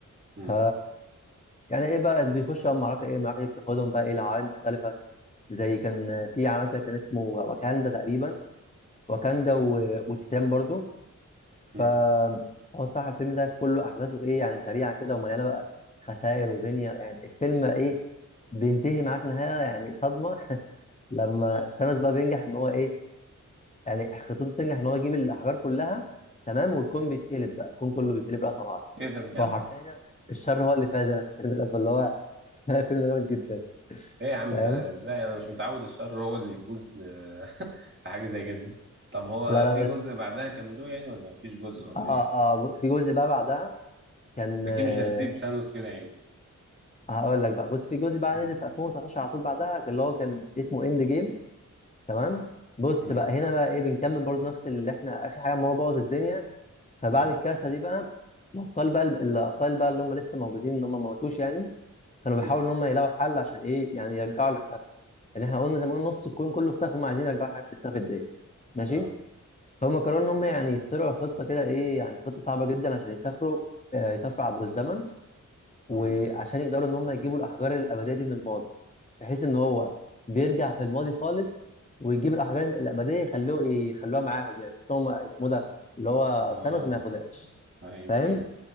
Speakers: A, on the right; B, on the left.
A: مم.
B: ف يعني ايه بقى بيخشوا بقى معركه ايه المعركه دي بتاخدهم بقى ايه لعوالم مختلفه زي كان في عالم كده كان اسمه واكاندا تقريبا واكاندا و... وتيتان برضو
A: مم.
B: ف هو الصراحه الفيلم ده كله احداثه ايه يعني سريعه كده ومليانه بقى خسائر ودنيا يعني الفيلم ايه بينتهي معاك نهايه يعني صدمه <laughs> لما سامس بقى بينجح ان هو ايه يعني خطته بتنجح ان هو يجيب الاحجار كلها تمام والكون بيتقلب بقى الكون كله بيتقلب راسا على عقب
A: ايه ده بجد
B: فهو حرفيا الشر هو اللي فاز انا في الفيلم ده اللي هو <laughs> فيلم جامد جدا
A: <laughs> ايه يا عم
B: فاهم
A: ده ازاي انا مش متعود الشر هو اللي يفوز آه، <laughs> في حاجه زي كده طب هو
B: لا لا
A: في جزء
B: بس
A: بعدها كملوه يعني ولا مفيش جزء ولا
B: اه
A: ايه
B: اه آه، في جزء بقى بعدها كان
A: اكيد
B: آه،
A: مش هنسيب سانوس كده يعني
B: هقول لك بقى بص في جزء بقى
A: مم.
B: نزل في 2019 على طول بعدها اللي هو كان اسمه اند جيم تمام بص
A: مم.
B: بقى هنا بقى ايه بنكمل برضو نفس اللي احنا اخر حاجه ما هو بوظ الدنيا فبعد
A: اه
B: الكارثه دي بقى الابطال بقى الابطال بقى اللي هم لسه موجودين ان هم ما ماتوش يعني كانوا بيحاولوا
A: مم.
B: ان هم يلاقوا حل عشان ايه يعني يرجعوا اللي اختفى اللي احنا قلنا زي ما قلنا نص الكون كله اختفى هم عايزين يرجعوا الحاجات اللي اختفت ديت ماشي
A: اه
B: فهم قرروا ان هم يعني يخترعوا خطه كده ايه يعني خطه صعبه جدا عشان يسافروا آه، يسافروا عبر الزمن وعشان
A: مم.
B: يقدروا ان هم يجيبوا الاحجار الابديه دي من الماضي بحيث ان هو بيرجع في الماضي خالص ويجيب الاحجار الابديه يخلوه يخلوها معاهم يعني بحيث ان هم اسمه ده اللي هو
A: اه
B: ثانوس ما ياخدهاش
A: ايوه
B: فاهم
A: ايوه